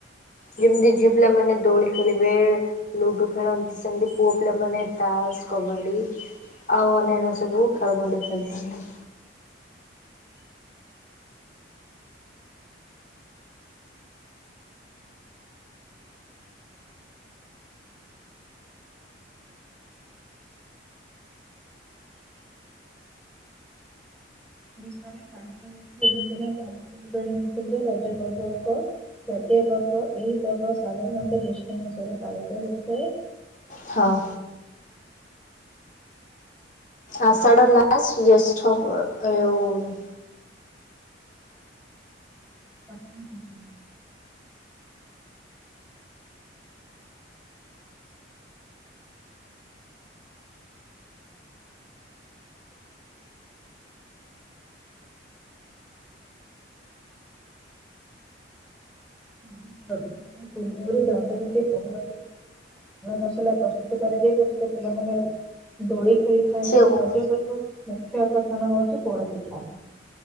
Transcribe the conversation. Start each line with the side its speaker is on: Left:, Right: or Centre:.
Left: ଯେମିତି ଝିଅ ପିଲାମାନେ ଦୋଳି ଖେଳିବେ ଲୁଡୁ ଖେଳନ୍ତି, ସେମିତି ପୁଅ ପିଲାମାନେ ତାସ, କବାଡ଼ି ଆଉ ଅନ୍ୟାନ୍ୟ ସବୁ ଖେଳମଣ୍ଡ ଖେଳିଥାନ୍ତି।
Centre: ଦେଶରେ ପାଳିତ ହୋଉଥିବା <unintelligible> ରଜ ପର୍ବ ଏକ ଜାତୀୟ ପର୍ବ ଏହି ପର୍ବ ସାଧାରଣତଃ ଜେଷ୍ଟ ମାସରେ ପାଳିତ ହେଉଥାଏ।
Left: ହଁ। ଆଷାଢ଼ ଲାଷ୍ଟ ଜ୍ୟେଷ୍ଠ ଏ ଓ ଉ।
Centre: ପ୍ରଥମ <unintelligible> <unintelligible> ବିଭିନ ପାନ ମସଲା ପ୍ରସ୍ତୁତ କରାଯାଏ, ତ ସେତ ପିଲାମାନେ ଦୋଳି ଖେଳି ଏମତି
Left: ସେଉ
Centre: ରଜପର୍ବର ମୁଖ୍ୟ ଆକର୍ଷଣ ହଉଛି ପୋଡ଼ପିଠା।